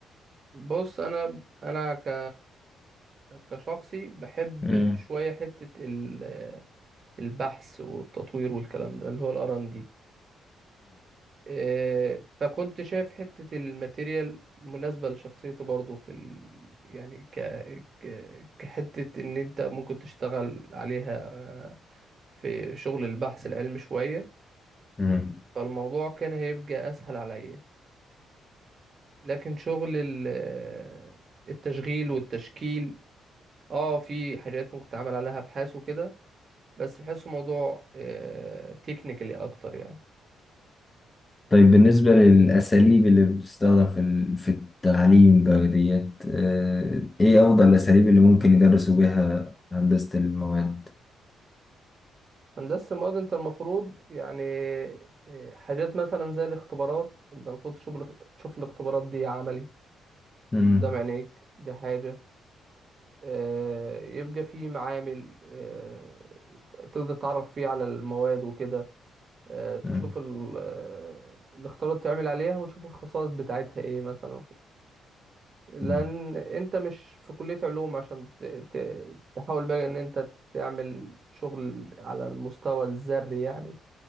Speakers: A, on the right; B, on the left.
A: بص أنا أنا ك كشخصي بحب
B: امم
A: شوية حتة ال- البحث والتطوير والكلام ده اللي هو ال R&D آه، فكنت شايف حتة الماتيريال مناسبة لشخصيته برضه في ال... يعني ك... ك... كحتة إن أنت ممكن تشتغل عليها آه، في شغل البحث العلمي شوية
B: امم
A: فالموضوع كان هيبقى أسهل عليا لكن شغل ال... آه، التشغيل والتشكيل اه في حاجات ممكن تعمل عليها أبحاث وكده بس بحسه موضوع تكنيكالي أكتر يعني
B: طيب بالنسبة للأساليب اللي بتستخدم في ال- في التعليم بقى ديت آه، إيه أفضل الأساليب اللي ممكن يدرسوا بيها هندسة المواد؟
A: هندسة المواد انت المفروض يعني إيه، حاجات مثلا زي الاختبارات انت المفروض تشوف الاخ- تشوف الاختبارات دي عملي
B: مم.
A: قدام عينيك دي حاجة آه، يبقى في معامل آه، تقدر تتعرف فيه على المواد وكده آه، تشوف
B: مم.
A: ال- آه، الاختبارات تعمل عليها وتشوف الخصائص بتاعتها ايه مثلا لان
B: مم.
A: انت مش في كلية علوم عشان ت- ت- تحاول بقى ان انت تعمل شغل على المستوى الذري يعني